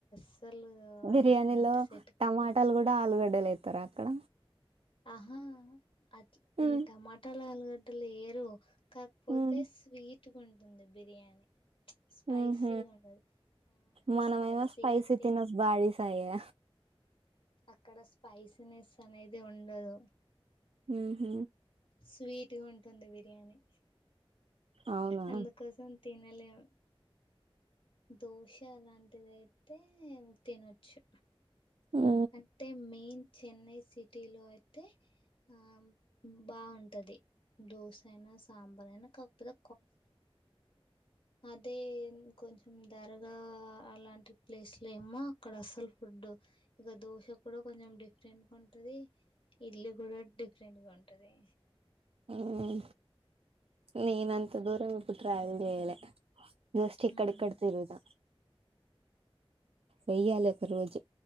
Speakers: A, on the left; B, on the right.
A: సల్
B: బిర్యానీలో
A: అంటే సెట్
B: టమాటాలు కూడా ఆలుగడ్డలు ఏత్తరా అక్కడ
A: ఆహా అట్ల్
B: ఉమ్
A: ఎంత మాట ఆలుగడ్డలు ఏయరూ కాక్పోతే
B: ఉమ్
A: స్వీట్ వుంటుంది బిర్యానీ స్పైసీగా
B: హహ
A: ఉండదు మనమైతే
B: మనమేమో
A: స్పైసీగా
B: స్పైసీ
A: తిన్
B: తినస్ బాడీసాయే
A: అక్కడ స్పైసీనెస్ అనేద్ ది ఉండదు
B: మ్ హ్
A: స్వీట్ గ ఉంటుంది బిర్యానీ
B: అవునా
A: అందు కోసం తినలేమ్ దోశ లాంటిది అయితే తినొచ్చు
B: ఆ
A: అంటె మెయిన్ చెన్నై సిటీలొ అయితే ఆ బాగుంటది దోశ అయిన సాంబార్ అయిన కాక్పోతె అదే ఇ కొంచం ధరగా అలాంటి ప్లేస్లేమో అక్కడ అసల్ ఫుడ్ ఇగ దోశ కూడ కొంచెం డిఫరెంట్గా ఉంటది ఇడ్లీ కూడ డిఫరెంట్గ ఉంటది
B: హ నేనంత దూరం ఎప్పుడు ట్రావెల్ చేయలే జస్ట్ ఇక్కడిక్కడ
A: మ్మ్.
B: తిరిగుత వెయ్యాలి ఒక రోజు